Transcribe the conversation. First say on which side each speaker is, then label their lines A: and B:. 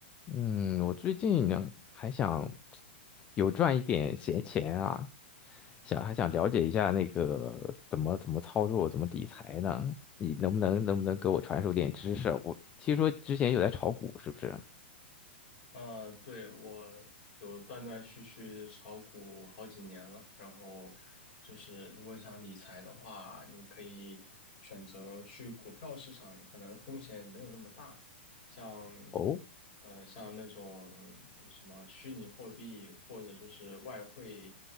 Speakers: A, on the left (about 15°); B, on the left (about 45°).
A: 嗯，我最近呢还想有赚一点闲钱啊，想还想了解一下那个怎么怎么操作，怎么理财呢？你能不能能不能给我传授点知识啊我听说之前有在炒股，是不是？
B: 呃，对，我有断断续续炒股好几年了，然后就是如果你想理财的话，你可以选择去股票市场，可能风险没有那么大，像
A: 哦
B: 呃像那种什么虚拟货币或者就是外汇